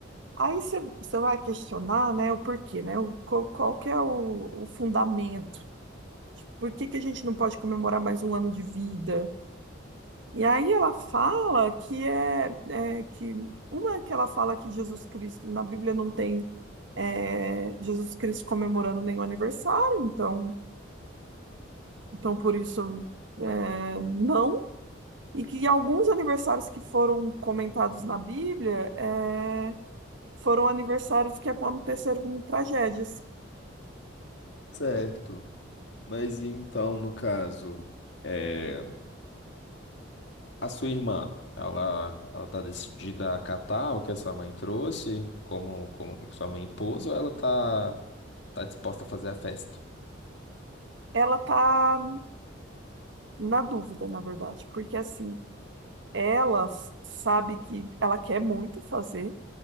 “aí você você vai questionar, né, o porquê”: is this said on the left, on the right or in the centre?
Right